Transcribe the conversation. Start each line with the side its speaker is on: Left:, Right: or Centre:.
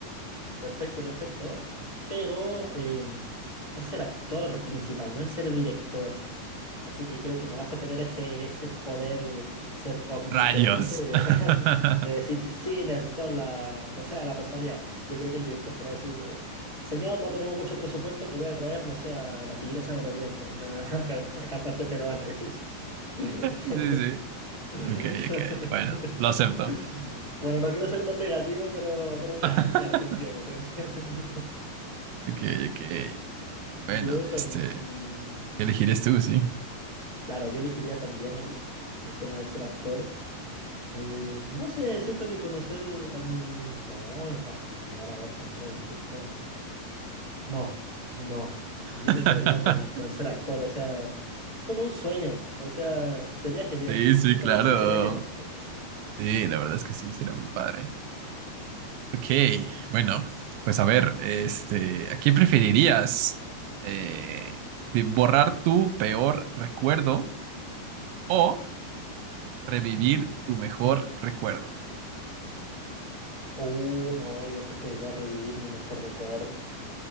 Left: Perfecto, perfecto. Pero em, es ser actor principal, no es ser director. Así que creo que no vas a tener ese, ese poder ser omnipotente
Right: Rayos.
Left: de,
Right: <laughs>
Left: <laughs> de decir, sí, necesito la, no sé, a la Rosalía. Yo creo que el director te va a decir, señor, no tenemos mucho presupuesto, te voy a traer, no sé, a la Tigresa del Oriente, una <laughs> ca- cantante peruana. <laughs>
Right: Sí, sí.
Left: <laughs>
Right: Ok, ok. Bueno, lo acepto.
Left: Bueno, no quiero ser tan negativo, pero, pero claro,
Right: <laughs>
Left: claro, te entiendo, te entiendo. <laughs>
Right: Ok, ok. Bueno,
Left: Yo también,
Right: este, ¿qué elegirías tú, sí?
Left: claro, yo elegiría también el, el tema de ser actor. Eh, no sé, siento que conocer a mi... No, a- aunque igual a ver, conocer al artista... No, no, yo
Right: <laughs>
Left: me quedaría con, con ser actor, o sea, como un sueño, o sea, sería genial,
Right: Sí,
Left: simplemente
Right: sí, claro.
Left: sería genial. <laughs>
Right: Sí, la verdad es que sí, será muy padre. Ok,
Left: Sí.
Right: bueno, pues a ver, este, ¿a qué preferirías? Eh, vi- ¿borrar tu peor recuerdo o revivir tu mejor recuerdo?
Left: Uh, no, yo preferiría revivir mi mejor recuerdo.